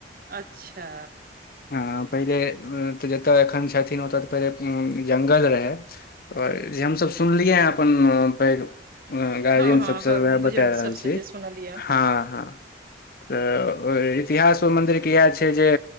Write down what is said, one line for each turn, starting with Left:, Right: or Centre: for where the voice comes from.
Right: अच्छा
Left: हँ पहिले तऽ जतय एखन छथिन ओतय तऽ पहिले जंगल रहै और जे हमसभ सुनलियै हैं अपन पैघ ह गार्जियन
Right: हँ हँ
Left: सबसँ उएह
Right: बुजुर्ग
Left: बता रहल
Right: सबसँ
Left: छी
Right: जे सुनलियै
Left: हँ हँ तऽ इतिहासमे मन्दिरके इएह छै जे